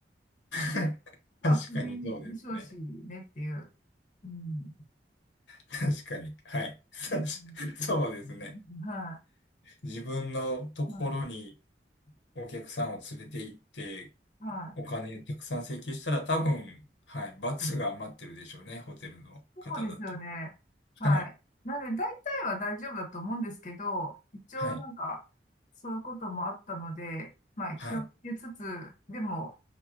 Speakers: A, on the left; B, on the left.
A: <laughs>
B: まあクビでしょうしねっていう、
A: 確かにそうですね。
B: うん。
A: 確かに。はい。<laughs> さしそうですね。
B: ですは
A: 自分のところに
B: い、は
A: お客さんを連れて行って、
B: い、はい。
A: お金たくさん請求したら多分、はい。罰が待ってるでしょうね。ホテルの方だと。
B: そうですよね。はい。
A: はい。
B: なので、大体は大丈夫だと思うんですけど、一応なんか、
A: はい。
B: そういうこともあったので、まあ、
A: はい。
B: 気をつけつつ、でも、